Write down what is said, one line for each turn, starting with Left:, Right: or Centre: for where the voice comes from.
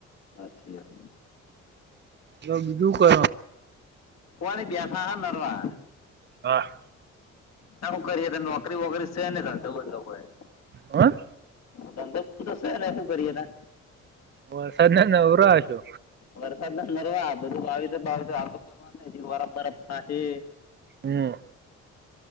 Left: હાચી વાત
Right: લો, બીજું કરો
Left: પોણી બેઠા હે નરવા.
Right: વાહ
Left: તણ હું કરીએ તો, નોકરી વોકરી સે નહીં ધંધોબધો કોઈ
Right: હ?
Left: ધંધો તો સે નહિ હું કરીએ તાણ?
Right: વરસાદના નવરા હશો
Left: વરસાદના નરવા, બધું વાવીસુ બાવીસુ <unintelligible> વરાપ બરાપ થાહે.
Right: હમ